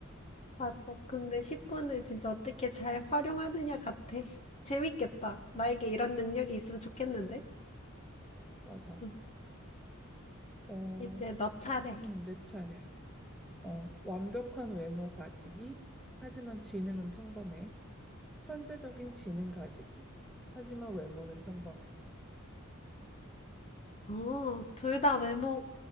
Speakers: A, on the left; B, in the centre.
A: 맞아. 근데 10분을 진짜 어떻게 잘 활용하느냐 같아. 재밌겠다. 나에게 이런 능력이 있으면 좋겠는데?
B: 맞아.
A: 응,
B: 어,
A: 이제 너 차례.
B: 음, 내 차례야. 어, 완벽한 외모 가지기, 하지만 지능은 평범해. 천재적인 지능 가지기, 하지만 외모는 평범해.
A: 어, 둘 다 외모,